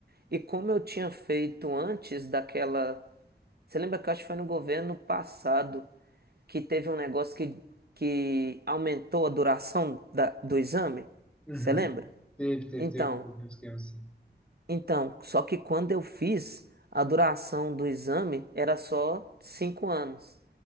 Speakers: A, on the right (about 60°); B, in the centre.
A: e como eu tinha feito antes daquela. Você lembra que eu acho que foi no governo passado que teve um negócio que, que aumentou a duração da, do exame?
B: Uhum.
A: Você lembra?
B: Teve, teve,
A: Então.
B: teve um esquema assim.
A: Então, só que quando eu fiz, a duração do exame era só cinco anos.